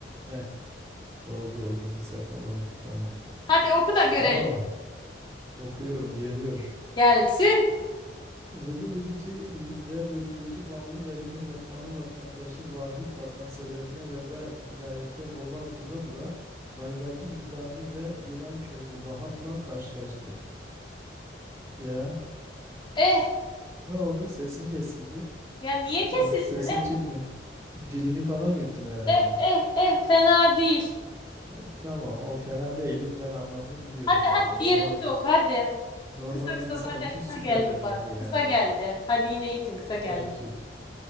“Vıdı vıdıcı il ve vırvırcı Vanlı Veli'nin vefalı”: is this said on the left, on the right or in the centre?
Right